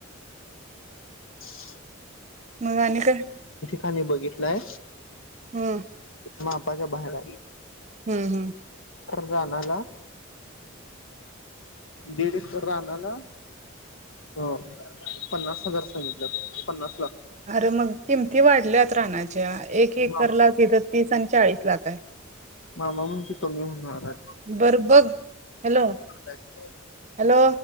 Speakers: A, on the left (about 70°); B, on the right (about 35°).
A: ह <unintelligible>
B: मग आणी क
A: आणी बघितलाय
B: हम्
A: मग आपाच्या बाहेर
B: हम् हम्
A: राणाला दीड इकर राणाला अ पंन्नास हजार सांगीतल पंन्नास लाख
B: अर मंग किमती वाढल्यात. राणाच्या एक एक
A: मामा
B: करला तीथ आण चाळीस क्ला ताय
A: मामा म्हणजे कमी होणार हाय
B: बर बग हॅलो
A: काय सगळं
B: हॅलो